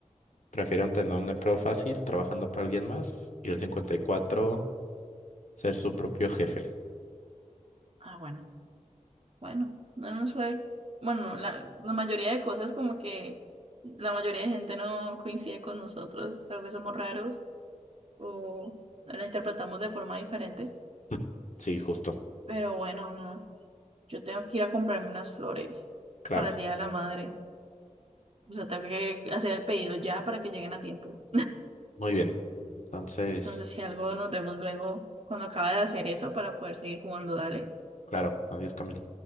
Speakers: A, on the left; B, on the right.
A: prefieren tener un empleo fácil trabajando para alguien más y el 54% ser su propio jefe.
B: Ah, bueno, bueno, no nos fue. Bueno, la, la mayoría de cosas como que la mayoría de gente no coincide con nosotros, tal vez somos raros o no la interpretamos de forma diferente,
A: <laughs> Sí, justo.
B: pero bueno, no, yo tengo que ir a comprarme unas flores
A: Claro.
B: para el Día de la Madre, o sea, tengo que hacer el pedido ya para que lleguen a tiempo.
A: Muy bien. Entonces,
B: Entonces, si algo, nos vemos luego cuando acabe de hacer eso para poder seguir jugando. Dale,
A: claro. Adiós, Camilo.